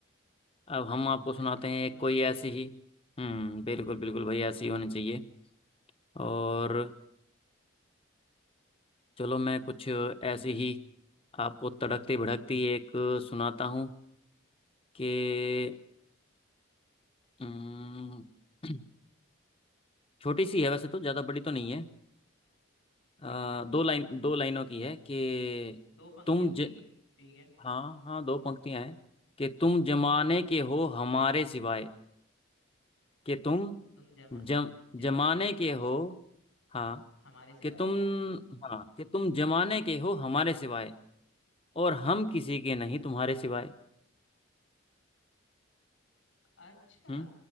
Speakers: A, on the left (about 25°); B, on the left (about 70°).
A: अब हम आपको
B: बस
A: सुनाते
B: ऐसी
A: हैं एक
B: होनी
A: कोई
B: चाहिए
A: ऐसी ही हम्म बिल्कुल बिल्कुल भाई ऐसी ही होनी चाहिए और चलो मैं कुछ ऐसी ही आपको तड़कती भड़कती एक सुनाता हूँ कि अम, <clears throat> छोटी सी है वैसे तो ज़्यादा बड़ी तो नहीं है अ,
B: ठीक है
A: दो लाइन दो लाइनों की है कि
B: दो पंक्ति
A: तुम
B: होगी
A: ज
B: ठीक है
A: हाँ हाँ दो पंक्तियां हैं कि तुम जमाने
B: ठीक है
A: के हो हमारे सिवाय कि तुम
B: तुम जमा
A: जम
B: जमाने
A: जमाने के हो हाँ
B: हमारे सिवाय
A: कि तुम हाँ कि तुम जमाने के हो हमारे सिवाय और हम किसी के नहीं तुम्हारे सिवाय
B: अच्छा
A: हम्म